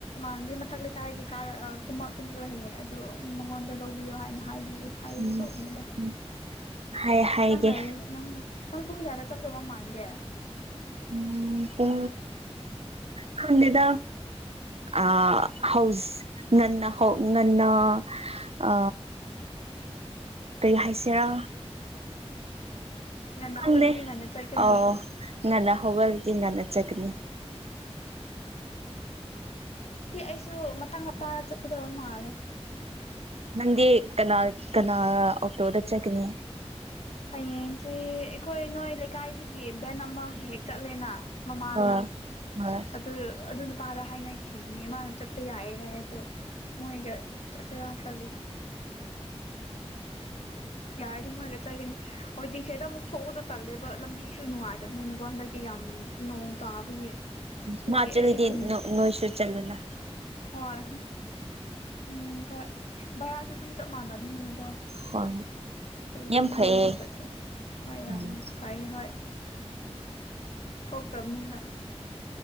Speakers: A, on the left; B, on the right.
A: ꯥꯟꯕꯤ ꯃꯊꯛ ꯂꯩꯀꯥꯏ ꯍꯥꯏꯗꯤ ꯀꯥꯔ ꯀꯨꯝꯃꯛꯀꯅꯤ ꯂ ꯍꯩꯌꯦ ꯑꯗꯨ ꯃꯉꯣꯟꯗ ꯂꯧꯕꯤꯌꯣ ꯍꯥꯏꯅ ꯍꯥꯏꯕꯤ ꯍꯥꯏꯒꯦ
B: ꯎꯝ
A: ꯇꯧꯕꯅꯤꯗ
B: ꯎꯝ ꯍꯥꯏ ꯍꯥꯏꯒꯦ
A: ꯅꯪ ꯂꯩ ꯅꯪ ꯅꯪ ꯄꯨꯡ ꯌꯥꯔ ꯆꯗꯕ ꯃꯥꯟꯒꯦ
B: ꯎꯝ ꯎ ꯈꯗꯤꯗ ꯑ ꯍꯥꯎꯁ ꯅ ꯍ ꯅ ꯑ ꯔꯔꯤ ꯍꯥꯏꯥꯏꯁꯔꯥ
A: ꯉꯟꯅ
B: ꯈꯪꯦ
A: ꯍꯧꯒꯠꯂꯗꯤ ꯉꯟꯅ ꯆꯠꯀꯅꯤ
B: ꯑ ꯉꯅ ꯍꯒꯜꯒꯤ ꯉꯅ ꯆꯀꯅꯤ
A: ꯗꯤ ꯑꯩꯁꯨ ꯃꯥꯡ ꯃꯄꯥ ꯆꯠꯀꯗꯕ ꯃꯥꯜꯂꯦ
B: ꯅꯪꯗꯤ ꯀꯅꯥ ꯀꯅꯥ ꯑꯣꯛꯇꯣꯗ ꯆꯀꯅꯤ
A: ꯍꯌꯦꯡꯁꯦ ꯑꯩꯈꯣꯏ ꯅꯣꯏ ꯂꯩꯀꯥꯏꯗꯒꯤ ꯚꯦꯟ ꯑꯃ ꯍꯦꯛ ꯆꯠꯂꯦꯅ ꯃꯃꯥꯒ
B: ꯍꯣꯏ ꯍꯣꯏ
A: ꯑꯗꯨ ꯑꯗꯨ ꯄꯥꯥꯗ ꯍꯥꯏꯅꯈꯤꯕꯅꯤ ꯃꯥꯅ ꯆꯠꯄ ꯌꯥꯏ ꯍꯥꯏ ꯑꯗꯣ ꯃꯣꯏꯒ ꯆꯩꯔꯈꯜꯂꯤ ꯌꯥꯔꯤ ꯃꯣꯏꯔ ꯆꯠꯒꯅꯤ ꯍꯧꯖꯤꯣꯏ ꯤꯡꯁꯦꯗ ꯑꯃꯨꯛ ꯊꯣꯛꯎꯗꯣ ꯇꯜꯂꯦꯕ ꯂꯝꯕꯤꯁꯨ ꯅꯨꯡꯉꯥꯏ ꯆꯕꯅꯤꯅꯀꯣ ꯍꯟꯗꯛꯇꯤ ꯌꯥꯝ ꯅꯣꯡ ꯇꯥꯕꯒꯤ ꯑꯗꯒꯤ
B: ꯎ ꯃꯥꯆꯂꯗꯤ
A: ꯑꯁꯤ ꯈꯨꯟꯗꯤ
B: ꯅ ꯅꯣꯏꯁꯨ ꯆꯜꯂꯂ
A: ꯍꯣꯏ ꯎꯝ ꯍꯣꯏ ꯚꯔꯥꯁꯨ ꯑꯗꯨꯝ ꯆꯞ ꯃꯥꯟꯅꯅꯤꯅꯀꯣ
B: ꯍꯣꯏ
A: ꯇ
B: ꯌꯥꯝ
A: ꯃꯣꯏꯦꯊꯦ
B: ꯐꯩꯌꯦ
A: ꯍ ꯌꯥꯝ
B: ꯎꯝ
A: ꯐꯥꯏ ꯍ ꯊꯣꯛꯇ꯭ꯔꯕꯅꯤꯅ